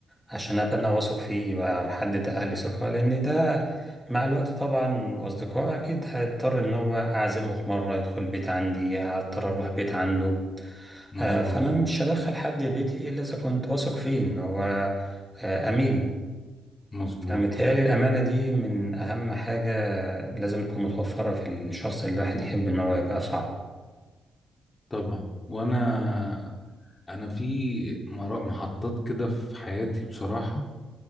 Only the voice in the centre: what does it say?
عشان ابقى انا واثق فيه يبقى حد ده اهل ثقة لان ده مع الوقت طبعا واصدقائه اكيد هيضطر ان هو اعزمه في مرة يدخل بيت عندي هضطر اروح بيت عنده
آه، فانا مش هدخل حد بيتي الا اذا كنت واثق فيه ان هو آه، امين
فمتهيألي الامانة دي من اهم حاجة لازم تكون متوفرة في الشخص اللي الواحد يحب ان هو يبقى صاحبه